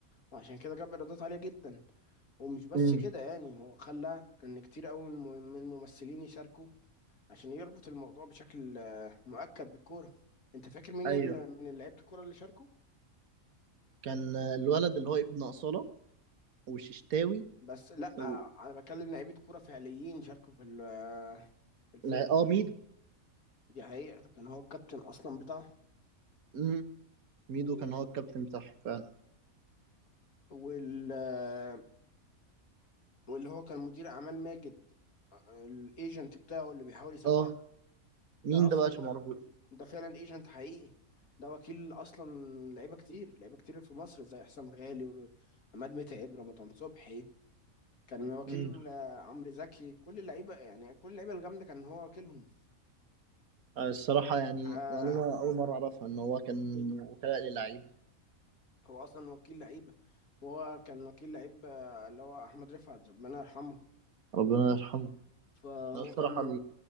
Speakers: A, on the left; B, on the right.
A: وعشان كده جاب ايرادات عاليه جدا ومش بس
B: مم.
A: كده يعني هو خلى ان كتير قوي من الممثلين يشاركوا عشان يربط الموضوع بشكل آه، مؤكد بالكوره انت فاكر مين
B: ايوه
A: ال- من لعيبه الكوره اللي شاركوا
B: كان الولد اللي هو ابن أصالة وششتاوي
A: بس لا
B: و...
A: انا بكلم لعيبه كوره فعليين شاركوا في ال- آه، في الفيلم
B: لا، اه ميدو
A: دي حقيقه كان هو الكابتن اصلا بتاعه
B: امم ميدو
A: و...
B: كان هو الكابتن بتاعهم فعلا
A: وال... آه، واللي هو كان مدير اعمال ماجد آه، الايجنت بتاعه اللي بيحاول يسوقه
B: اه مين
A: ده اصلا
B: ده بقى عشان ما اعرفوش
A: ده فعلا ايجنت حقيقي ده وكيل اصلا لعيبه كتير لعيبه كتير في مصر زي حسام غالي وعماد متعب رمضان صبحي كان وكيل
B: امم
A: آه، عمرو زكي كل اللعيبه يعني كل اللعيبه الجامده كان هو وكيلهم
B: الصراحة يعني
A: فلا
B: معلومة أول مرة أعرفها إن هو كان وكلاء للعيب
A: هو اصلا وكيل لعيبه وهو كان وكيل لعيب آه، اللي هو احمد رفعت ربنا يرحمه
B: ربنا يرحمه
A: فهو
B: ده الصراحة
A: كان